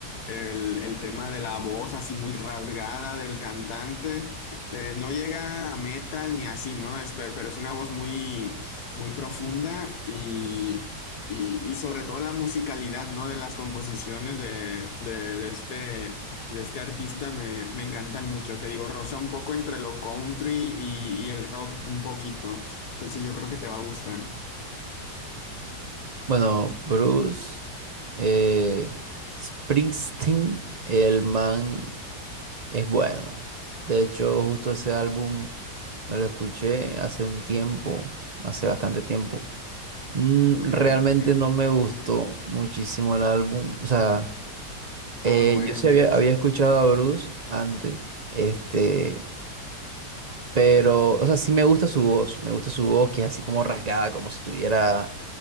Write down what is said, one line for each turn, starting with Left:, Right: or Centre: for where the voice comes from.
Left: el, el tema de la voz así muy rasgada del cantante. Eh, no llega a metal ni así, ¿no? Es, pero, pero es una voz muy, muy profunda y... Y, y sobre todo la musicalidad, ¿no? De las composiciones de, de de este de este artista me, me encantan mucho. Te digo, rosa un poco entre lo country y, y el rock un poquito. Entonces yo creo que te va a gustar.
Right: Bueno, Bruce eh, Springsteen, el man es bueno. De hecho, justo ese álbum me lo escuché hace un tiempo, hace bastante tiempo. Mm,
Left: Ya,
Right: realmente
Left: ok.
Right: no me gustó muchísimo el álbum. O sea, eh,
Left: Ah, bueno.
Right: yo sí había, había escuchado a Bruce antes, este, pero, o sea, sí me gusta su voz, me gusta su voz que es así como rasgada, como si tuviera,